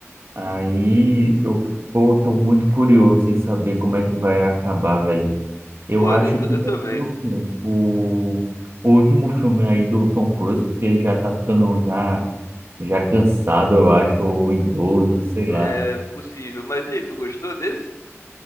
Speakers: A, on the right; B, on the left.
A: Aí eu pô, tô muito curioso em saber como é que vai acabar, velho. Eu
B: Pô,
A: acho
B: eu, t-
A: que
B: eu
A: vai
B: também.
A: ser o filme, o, o último filme aí do Tom Cruise, porque ele já tá ficando já já cansado, eu acho, ou idoso, sei lá.
B: É possível. Mas e aí, tu gostou desse?